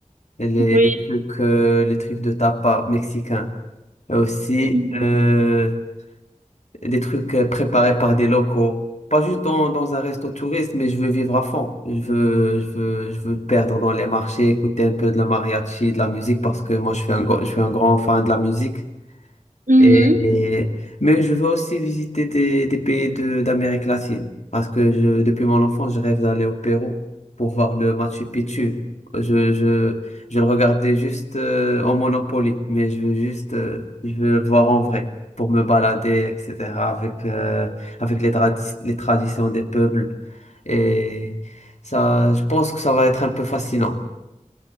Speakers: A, on the left; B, on the right.
A: les,
B: Oui.
A: les trucs, euh, les trucs de tapas mexicains. Et aussi,
B: Mhm.
A: euh, des trucs euh, préparés par des locaux. Pas juste dans, dans un resto touriste, mais je veux vivre à fond. Je veux, je veux, je veux me perdre dans les marchés, écouter un peu de la mariachi, de la musique, parce que moi, je suis un, gros- je suis un grand fan de la musique.
B: Mhm.
A: Et, mais je veux aussi visiter des, des pays de, d'Amérique latine parce que je, depuis mon enfance, je rêve d'aller au Pérou pour voir le Machu Picchu. Je, je, je le regardais juste euh, en Monopoly, mais je veux juste euh, je veux le voir en vrai pour me balader, etc., avec, euh, avec les, tradi- les traditions des peuples. Et ça, je pense que ça va être un peu fascinant.